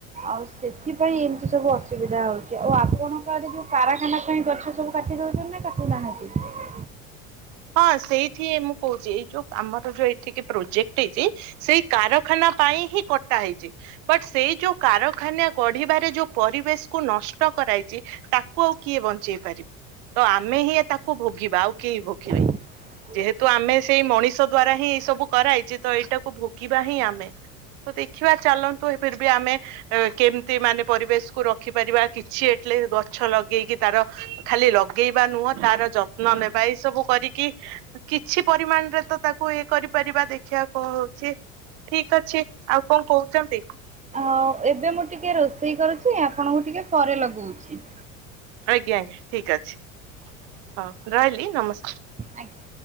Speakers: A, on the right; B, on the right.
A: ଆଉ ସେଥିପାଇଁ ଏମିତି ସବୁ ଅସୁବିଧା ହଉଛି। ଆଉ ଆପଣଙ୍କ ଆଡେ ଯୋଉ କାରଖାନା ପାଇଁ ଗଛ ସବୁ କାଟି ଦଉଛନ୍ତି ନା କାଟୁ ନାହାଁନ୍ତି?
B: ହଁ ସେଇଠି ମୁଁ କହୁଛି ଯୋଉ ଆମର ଯୋଉ ଏଠିକି ପ୍ରୋଜେକ୍ଟ ହେଇଛି ସେଇ କାରଖାନା ପାଇଁ ହିଁ କଟା ହେଇଛି। ବଟ୍ ସେଇ ଯୋଉ କାରଖାନା ଗଢିବାରେ ଯୋଉ ପରିବେଶ କୁ ନଷ୍ଟ ଷ୍ଟ କରାଇଛି ତାକୁ ଆଉ କିଏ ବଞ୍ଚେଇ ପାରିବ। ତ ଆମେ ହିଁ ତାକୁ ଭୋଗିବା ଆଉ କେହି ଭୋଗିବେନି।
A: <unintelligible>
B: ଯେହେତୁ ଆମେ ସେଇ ମଣିଷ ଦ୍ଵାରା ହିଁ ଏଇ ସବୁ କରାଇଛେ ତ ଏଇଟାକୁ ଭୋଗିବା ହିଁ ଆମେ। ତ ଦେଖିବା ଚାଲନ୍ତୁ <unintelligible> ବି ଆମେ କେମିତି ମାନେ ପରିବେଶକୁୁ ରଖିପାରିବା କିଛି ଏଟଲିଷ୍ଟ ଗଛ ଲଗେଇକି ତାର ଖାଲି ଲଗେଇବା ନୁହଁ ତାର ଯତ୍ନ ନେବା। ଏଇ ସବୁ କରିକି କି କିଛି ପରିମାଣରେ ତ ତାକୁ ଇଏ କରିପାରିବା ଦେଖିବା କଣ ହଉଛି। ଠିକ ଅଛି ଆଉ କଣ କହୁଛନ୍ତି।
A: ଆଉ ଏବେ ମୁଁ ଟିକେ ରୋଷେଇ କରୁଛି, ଆପଣଙ୍କୁ ଟିକେ ପରେ ଲଗଉଛି।
B: ଆଜ୍ଞା ଆଜ୍ଞା ଠିକ ଅଛି ହଁ ରହିଲି ନମସ୍କାର।
A: ଆଜ୍ଞା।